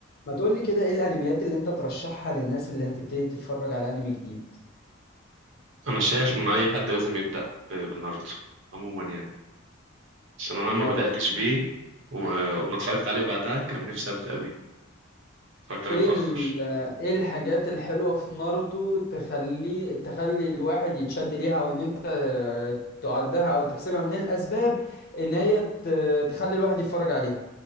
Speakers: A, on the left (about 50°); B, on the right (about 65°).
A: ما تقولي كده ايه الانميات اللي انت ترشحها للناس اللي هتبتدي تتفرج على انمي جديد
B: انا شايف ان اي حد لازم يبدا ب- بناروتو عموما يعني عشان انا ما
A: ناروتو
B: بداتش بيه و- وما اتفرجت عليه بعدها كان نفسي ابدا بيه اتفرجت عليه
A: ايه
B: متاخر
A: ال... ايه الحاجات الحلوة في ناروتو تخلي تخلي الواحد يتشد ليها او ان انت تعدها او تحسبها من الاسباب ان هي ت- تخلي الواحد يتفرج عليها